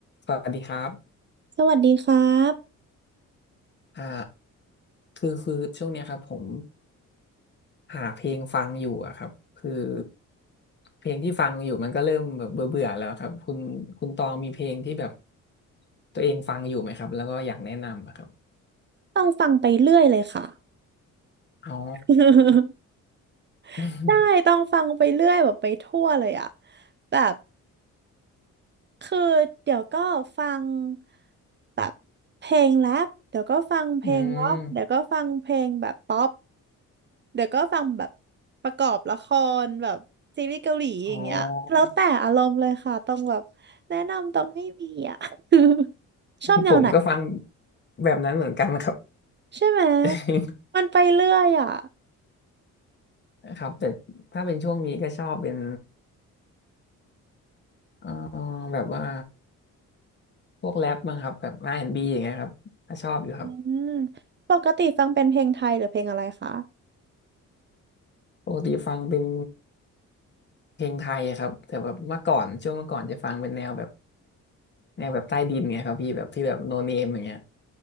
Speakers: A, on the left; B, on the right.
A: สวัสดีครับ
B: สวัสดีครับ
A: อ่าคือคือช่วงเนี้ยครับผมหาเพลงฟังอยู่อะครับคือเพลงที่ฟังอยู่มันก็เริ่มแบบเบื่อเบื่อแล้วครับคุณคุณตองมีเพลงที่แบบตัวเองฟังอยู่ไหมครับแล้วก็อยากแนะนำอะครับ
B: ต้องฟังไปเรื่อยเลยค่ะ
A: อ๋อ
B: <laughs>
A: <laughs>
B: ได้ต้องฟังไปเรื่อยแบบไปทั่วเลยอะแบบคือเดี๋ยวก็ฟังแบบเพลงแรปเดี๋ยวก็ฟังเพลงร็อกเดี๋ยวก็ฟังเพลงแบบป๊อป
A: อืม
B: เดี๋ยวก็ฟังแบบประกอบละครแบบซีรีส์เกาหลีอย่างเงี้ยแล้วแต่อารมณ์เลยค่ะต้องแบบแนะนำต้องไม่มีอะ
A: อ๋อ
B: <laughs> ชอบแนวไหนคะ
A: ผมก็ฟังแบบนั้นเหมือนกันครับ
B: ใช่ไหม
A: <laughs>
B: มันไปเรื่อยอะ
A: ครับแต่ถ้าเป็นช่วงนี้ก็ชอบเป็นเอ่อแบบว่าพวกแรปมั้งครับแบบ R&B อนด์บีอย่างเงี้ยครับก็ชอบอยู่ครับ
B: อืมปกติฟังเป็นเพลงไทยหรือเพลงอะไรคะ
A: ปกติฟังเป็นเพลงไทยอะครับแต่แบบเมื่อก่อนช่วงเมื่อก่อนจะฟังเป็นแนวแบบแนวแบบใต้ดินไงครับพี่แบบที่แบบโนเนมอย่างเงี้ย